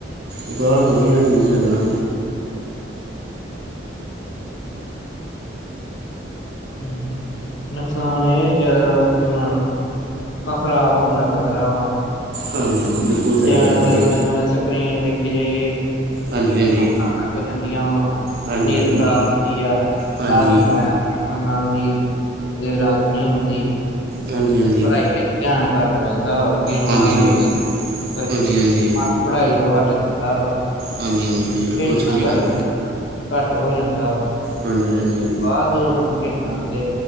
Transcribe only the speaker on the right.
ਬਹੁਤ ਵਧੀਆ ਅਸੀ ਕੀ ਕਰਨਾ?
ਹਾਂਜੀ। ਸਹੀ
ਗੱਲ ਤੁਹਾਡੀ
ਹਾਂਜੀ ਹਾਂਜੀ
ਹਾਂਜੀ
ਹਾਂਜੀ
ਹਾਂਜੀ
ਹਾਂਜੀ
ਹਾਂਜੀ
ਹਾਂਜੀ
ਹਾਂਜੀ ਹਾਂਜੀ
ਹਾਂਜੀ-ਹਾਂਜੀ, ਬਿਲਕੁਲ
ਸਹੀ ਗੱਲ
ਹਾਂਜੀ-ਹਾਂਜੀ।